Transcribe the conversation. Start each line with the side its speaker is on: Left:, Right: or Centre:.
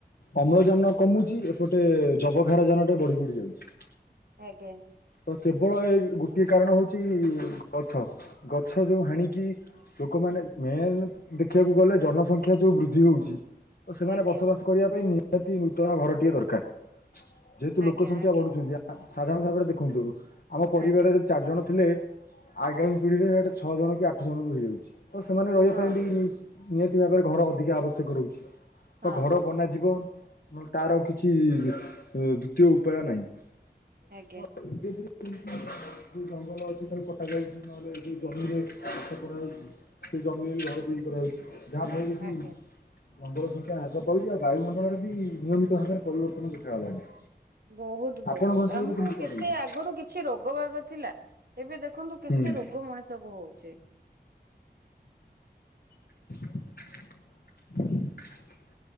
Left: ଅମ୍ଳଜାନ କମୁଛି ଏପଟେ ଯବକ୍ଷାରଜନ ଟେ ବଢି ବଢି ଯାଉଛି।
Right: ଆଜ୍ଞା।
Left: ତ କେବଳ ଏ ଗୋଟିଏ କାରଣ ହେଉଛି ଗଛ ଗଛ ଯୋଉ ହାଣିକି ଲୋକମାନେ ମେନ୍ ଦେଖିବାକୁ ଗଲେ ଜନସଂଖ୍ୟା ଯୋଉ ବୃଦ୍ଧି ହଉଛି। ତ ସେମାନେ
Right: ଆଜ୍ଞା।
Left: ବସବାସ କରିବା ପାଇଁ ନିହାତି ନୂତନ ଘରଟିଏ ଦରକାର। ଯେହେତୁ
Right: ଆଜ୍ଞା
Left: ଲୋକ ସଂଖ୍ୟା
Right: ଆଜ୍ଞା
Left: ବଢୁଛନ୍ତି ସାଧାରଣ ଭାବରେ ଦେଖନ୍ତୁ। ଆମ ପରିବାରରେ
Right: ଆଜ୍ଞା
Left: ଯଦି ଚାରିଜଣ ଥିଲେ ଆଗାମୀ ପିଢ଼ିରେ ସେଇଟା ଛଅ ଜଣ କି ଆଠ ଜଣଙ୍କୁ ହେଇଯାଉଛି। ତ ସେମାନେ ରହିବା
Right: ହଁ
Left: ପାଇଁ ବି
Right: ହଁ
Left: ନିହାତି ଭାବରେ ଘର ଅଧିକା ଆବଶ୍ୟକ ରହୁଛି।
Right: ହଁ
Left: ତ ଘର
Right: ହଁ ହଁ
Left: ବନାଯିବ।
Right: ହଁ
Left: ନହେଲେ ତାର କିଛି ଦ୍ଵିତୀୟ ଉପାୟ ନାହିଁ।
Right: ଆଜ୍ଞା।
Left: ତ ଧୀରେ ଧୀରେ ଯୋଉ ଜଙ୍ଗଲ ଅଛି ତାକୁ କଟାଯାଉଛି ନହେଲେ ସେ ଜମିରେ ଚାଷ କରାଯାଉଛି। ସେ ଜମିରେ ବି ଘର ତିଆରି କରାଯାାଉଛି ଯାହାଫଳରେ କି
Right: ଆଜ୍ଞା
Left: ମଙ୍ଗଳ ସଂଖ୍ୟା ହ୍ରାସ ପାଉଛି ଆଉ ବାୟୁମଣ୍ଡଳରେ ବି ନିୟମିତ ଭାବରେ ପରିବର୍ତ୍ତନ ଦେଖାଗଲାଣି।
Right: ବହୁତ୍ ବହୁତ୍
Left: ଆପଣଙ୍କ ଅଞ୍ଚଳରେ
Right: ଆମକୁ
Left: କେମିତି କଣ
Right: କେତେ
Left: ରହୁଛି?
Right: ଆଗରୁ କିଛି ରୋଗ ବାଗ ଥିଲା ଏବେ ଦେଖ ଦେଖନ୍ତୁ କେତେ
Left: ହୁଁ,
Right: ରୋଗ ମଣିଷ କୁ ହଉଛି।
Left: <unintelligible>